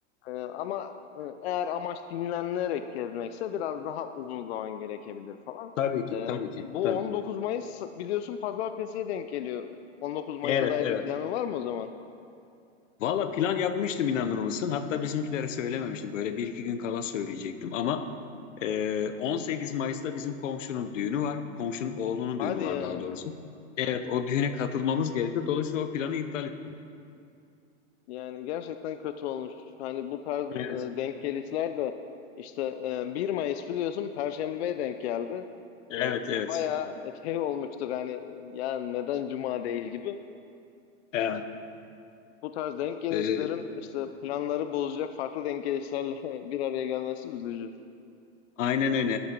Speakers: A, on the left (about 60°); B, on the left (about 85°).
A: E, ama e, eğer amaç dinlenerek gezmekse biraz daha uzun zaman gerekebilir falan.
B: Tabii ki,
A: E,
B: tabii ki,
A: bu
B: tabii
A: 19
B: ki.
A: Mayıs biliyorsun Pazartesi'ye denk geliyor. 19 Mayıs'a
B: Evet,
A: dair
B: evet.
A: bir planın var mı o zaman?
B: Valla plan yapmıştım inanır mısın? Hatta bizimkilere söylememiştim. Böyle bir iki gün kala söyleyecektim ama e, 18 Mayıs'ta bizim komşunun düğünü var. Komşunun oğlunun
A: Hadi
B: düğünü var
A: ya.
B: daha doğrusu. Evet o düğüne katılmamız gerekiyor. Dolayısıyla o planı iptal ettim.
A: Yani gerçekten kötü olmuş. Hani bu tarz e,
B: Evet.
A: denk gelişler de işte e, 1 Mayıs biliyorsun Perşembe'ye denk geldi. E,
B: Evet
A: ve
B: evet.
A: bayağı şey olmuştuk hani ya neden Cuma değil gibi.
B: Evet.
A: Bu tarz denk gelişlerin
B: E,
A: işte planları bozacak farklı denk gelişlerle <laughs> bir araya gelmesi üzücü.
B: aynen öyle.